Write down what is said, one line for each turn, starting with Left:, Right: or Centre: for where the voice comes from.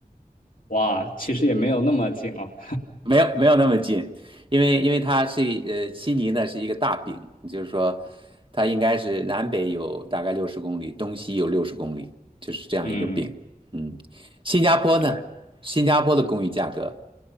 Left: 哇，其实也没有那么近啊。
Right: 没有没有那么近，因为因为它是呃悉尼呢是一个大饼，就是说它应该是南北有大概六十公里，东西有六十公里，就是这样一个饼。
Left: 嗯。
Right: 嗯，新加坡呢，
Left: 对。
Right: 新加坡的公寓价格，